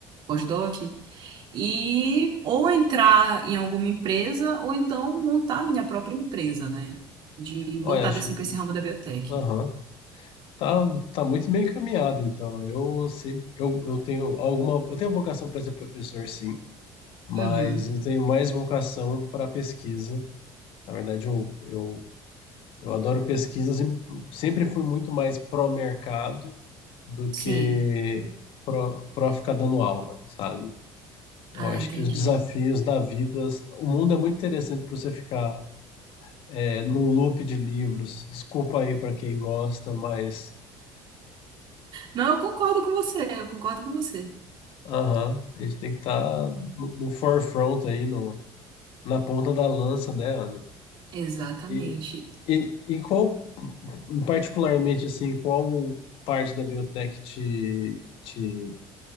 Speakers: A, on the right; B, on the left.
A: pós-doc e ou entrar em alguma empresa ou então montar minha própria empresa, né? De
B: Olha,
A: voltada
B: acho,
A: assim para esse ramo da biotech.
B: aham. Tá, tá muito bem encaminhado, então. Eu sempre, eu, eu tenho alguma, eu tenho vocação para ser professor, sim, mas
A: Uhum.
B: eu tenho mais vocação para pesquisa. Na verdade, eu, eu, eu adoro pesquisa, sempre, sempre fui muito mais pró-mercado do
A: Sim.
B: que pró, pró ficar dando aula, sabe? Eu
A: Ah,
B: acho
A: entendi.
B: que os desafios da vida, o mundo é muito interessante para você ficar é, num loop de livros. Desculpa aí para quem gosta, mas
A: Não, eu concordo com você, eu concordo com você.
B: Aham, a gente tem que estar no, no forefront aí, no, na ponta da lança, né, Ana?
A: Exatamente.
B: E, e, e qual, particularmente, assim, qual parte da biotech te, te,